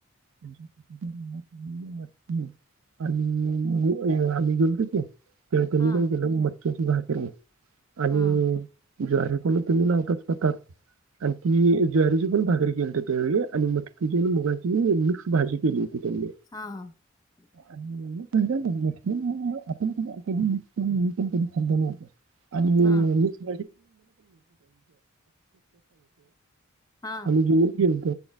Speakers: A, on the right (about 65°); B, on the left (about 15°).
A: <unintelligible> त्यांनी
B: हा
A: काय केलं मच्छ्याची भाकरी आणि
B: हा
A: ज्वारी पण तुम्ही लावतात का आणि ती ज्वारीची पण भाकरी केलतीत. त्यावेळी आणि मटकीची आणि मुगाची मिक्स भाजी केली होती त्यांनी.
B: हा <unintelligible>
A: आपण अ कधी खालंतं. <unintelligible> आम्ही
B: हा हा
A: जेऊन गेलत